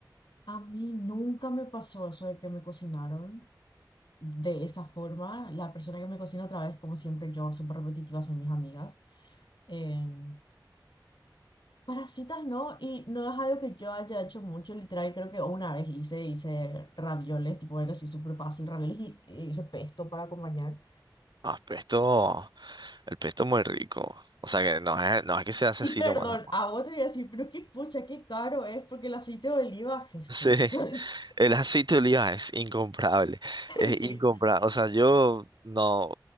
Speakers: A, on the left (about 80°); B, on the right (about 70°).
A: A mí nunca me pasó eso de que me cocinaron de esa forma. La persona que me cocina otra vez, como siempre yo, súper repetitiva, son mis amigas. Em, Parasitas no, y no es algo que yo haya hecho mucho, literal, creo que una vez hice, hice ravioles, tipo algo así súper fácil, ravioles y, y hice pesto para acompañar.
B: Ah, pesto, el pesto muy rico. O sea que no es, no es que se hace
A: Y
B: así
A: perdón,
B: nomás. ¿no? <laughs>
A: a vos te voy a decir, pero qué pucha, qué caro es, porque el aceite de oliva, Jesús.
B: Sí,
A: <laughs>
B: el aceite de oliva es incomparable. Es
A: Sí,
B: incomparable. O sea, yo no,